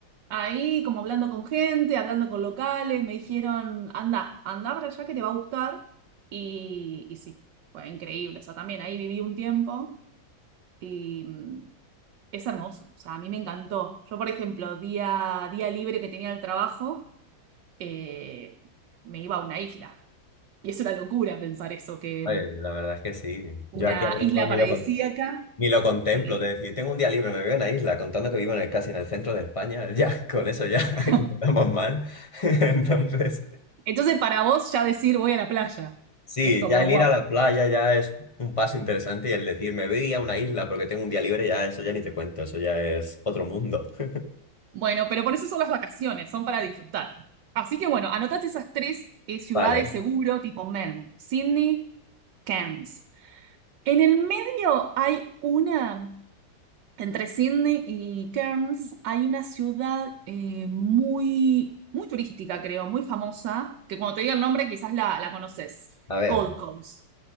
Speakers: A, on the right (about 70°); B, on the left (about 20°).
A: Ahí, como hablando con gente, hablando con locales, me dijeron, anda, anda para allá que te va a gustar. Y, y sí, fue increíble. O sea, también ahí viví un tiempo. Y mm, es hermoso, o sea, a mí me encantó. Yo, por ejemplo, día, día libre que tenía del trabajo, eh, me iba a una isla. Y es una locura pensar eso, que
B: Oye, la verdad es que sí.
A: una
B: Yo aquí ahora
A: isla
B: mismo ni
A: paradisíaca.
B: lo, con- ni lo contemplo.
A: eh,
B: De decir, tengo un día libre, me voy a una isla, contando que vivo en el- casi en el centro de España. <laughs> Ya, con eso ya <laughs>
A: <laughs>
B: empezamos mal. <laughs> Entonces,
A: Entonces, para vos ya decir voy a la playa,
B: sí,
A: es como,
B: ya el
A: wow.
B: ir a la playa ya es un paso interesante y el decir, me voy a una isla porque tengo un día libre, ya eso ya ni te cuento, eso ya es otro mundo. <laughs>
A: Bueno, pero por eso son las vacaciones, son para disfrutar. Así que bueno, anotaste esas tres eh, ciudades
B: Vale,
A: seguro, tipo Melbourne, Sydney, Cairns. En el medio hay una Entre Sydney y Cairns hay una ciudad eh, muy, muy turística, creo, muy famosa, que cuando te diga el nombre quizás la, la conoces,
B: a ver,
A: Gold Coast.